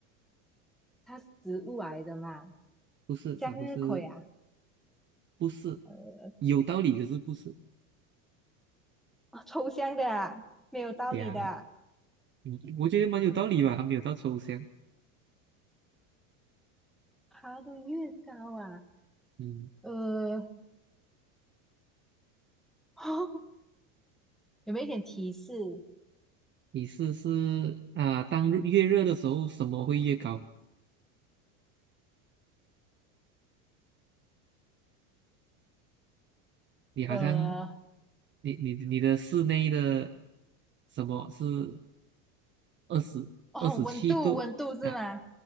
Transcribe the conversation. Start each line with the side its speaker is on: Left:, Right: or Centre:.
Centre: 它是植物来的嘛，
Right: 不是，
Centre: 向日葵啊，
Right: 它不是，不是，
Centre: 呃，
Right: 有道理，可是不是
Centre: 抽象的啊，没有道理的啊
Right: 呀？嗯，我觉得蛮有道理吧，还没有到抽象。
Centre: 爬得越高啊，
Right: 嗯，
Centre: 呃，<gasps> <laughs> 有没有一点提示？
Right: 你试试啊，当日越热的时候，什么会越高？你好像，
Centre: 呃，
Right: 你你你的室内的什么是二十二十七度？
Centre: 哦，温度，温度是吗？
Right: 啊